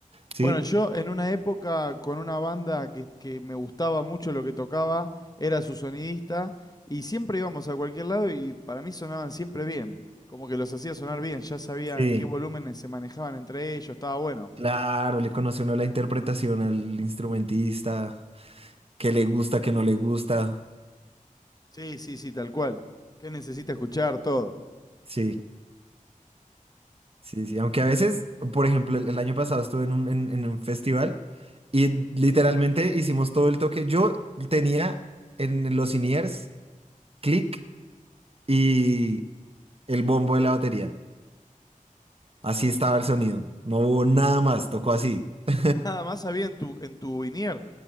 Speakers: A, on the left; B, on the right.
A: Bueno,
B: ¿sí?
A: yo en una época con una banda que, que me gustaba mucho lo que tocaba, era su sonidista, y siempre íbamos a cualquier lado y para mí sonaban siempre bien. Como que los hacía sonar bien, ya sabía
B: Sí,
A: en qué volúmenes se manejaban entre ellos, estaba bueno.
B: claro, le conoce uno la interpretación al instrumentista, qué le gusta, qué no le gusta.
A: Sí, sí, sí, tal cual. ¿Qué necesita escuchar? Todo.
B: Sí, sí, sí. Aunque a veces, por ejemplo, el, el año pasado estuve en un, en en un festival y literalmente hicimos todo el toque. Yo tenía en los in-ears, click. y el bombo de la batería. Así estaba el sonido. No hubo nada más, tocó así. <laughs>
A: Nada más había en tu, en tu INIER.